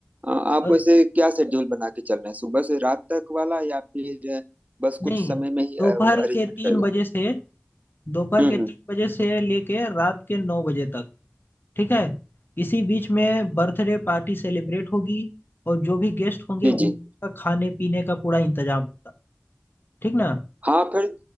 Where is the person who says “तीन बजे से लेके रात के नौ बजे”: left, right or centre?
Left